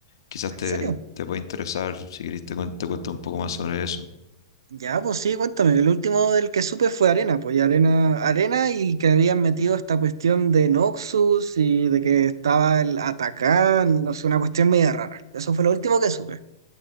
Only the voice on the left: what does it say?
Quizás te,
te puede interesar, si querés te, cuen- te cuento un poco más sobre eso.